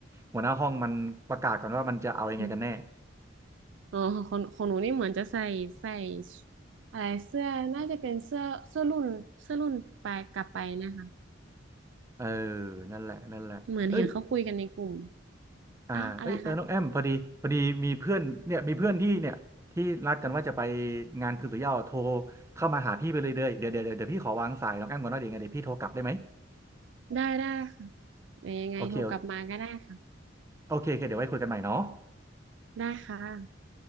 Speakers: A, on the right (about 15°); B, on the right (about 65°).
A: หัวหน้าห้องมันประกาศก่อนว่ามันจะเอายังไงกันแน่
B: อืมอ๋อของของหนูนี่เหมือนจะใส่ใส่อะไรเสื้อน่าจะเป็นเสื้อเสื้อรุ่นเสื้อรุ่นไปกลับไปนะคะ
A: เออนั่นแหละนั่นแหละเอ้ย
B: เหมือนเห็นเขาคุยกันในกลุ่ม
A: อ่าเอ้ยเออน้องแอมพอดี
B: อ่ะอะไรคะ
A: พอดีมีเพื่อนเนี่ยมีเพื่อนที่เนี่ยที่นัดกันว่าจะไปงานคืนสุยาวโทรเข้ามาหาพี่ไปเลยเด้อเดี๋ยวเดี๋ยวเดี๋ยวเดี๋ยวพี่ขอวางสายน้องแอมก่อนนะเดี๋ยวยังไงเดี๋ยวพี่โทรกลับได้ไหม
B: ได้ได้ค่ะเดี๋ยวยังไงโทรกลับมาก็ได้ค่ะ
A: โอเคโอเคโอเคเดี๋ยวไว้คุยกันใหม่เนาะ
B: ได้ค่ะ